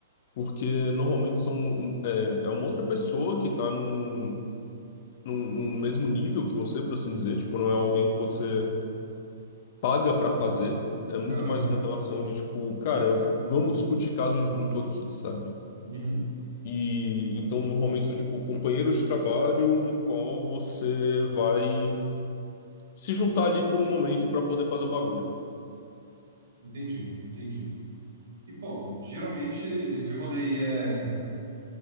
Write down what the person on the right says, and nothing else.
Aham.
Uhum.
Entendi, entendi. E, bom, geralmente esse rolê aí é,